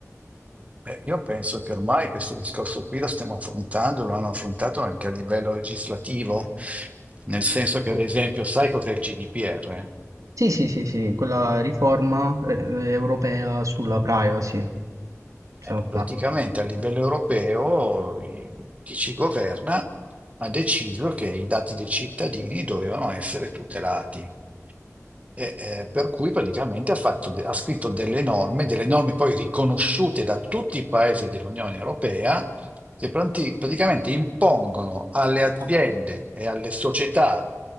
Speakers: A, on the right (about 25°); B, on the right (about 85°).
A: Beh, io penso che ormai questo discorso qui lo stiamo affrontando, lo hanno affrontato anche a livello legislativo, nel senso che, ad esempio, sai cos'è il GDPR?
B: Sì, sì, sì, sì, quella riforma, eh, europea sulla privacy, se
A: Eh,
B: non
A: praticamente a livello europeo i- chi ci governa ha deciso che i dati dei cittadini dovevano essere tutelati. E, eh, per cui praticamente ha, fatto de- ha scritto delle norme, delle norme poi riconosciute da tutti i paesi dell'Unione Europea, che pranti- praticamente impongono alle aziende
B: sbaglio.
A: e alle società